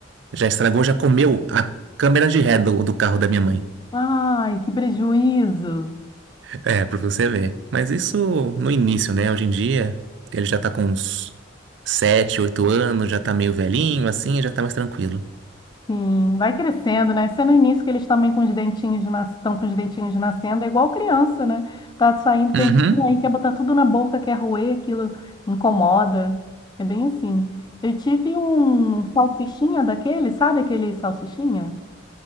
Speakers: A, on the right; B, on the left.
A: já estragou, já comeu a câmera de ré do, do carro da minha mãe.
B: Ai, que prejuízo.
A: É, pra você ver. Mas isso no início, né? Hoje em dia, ele já tá com uns 7, 8 anos, já tá meio velhinho, assim, já tá mais tranquilo.
B: Sim, vai crescendo, né? Sendo no início que eles também com os dentinhos de nas... estão com os dentinhos de nascendo, é igual criança, né? Tá saindo dentinho
A: Uhum.
B: aí, quer botar tudo na boca, quer roer, aquilo incomoda. É bem assim. Eu tive um salsichinha daquele, sabe aquele salsichinha?